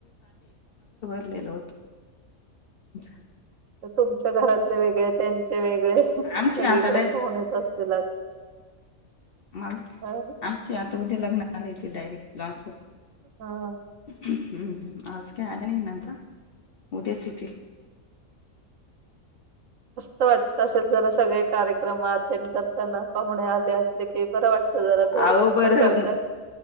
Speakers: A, on the left; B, on the right.
A: गेलो होतो <unintelligible>
B: तुमच्या घरातले वेगळे त्या चे वेगळे सगळीकडे
A: आमची आता
B: फोनच असतील आज..
A: <unintelligible>
B: हा ना?
A: आमचे आता उद्या लग्न आले ते डायरेक्ट क्लासहून.
B: हा.
A: हम्म आज काही आले नाही आता, उद्याच येतील.
B: मस्त वाटत असेल जरा सगळे कार्यक्रम अटेंड करताना. पाहुणे आले असले की बरं वाटतं जरा
A: अहो
B: घर भरल्यासारखं.
A: बरं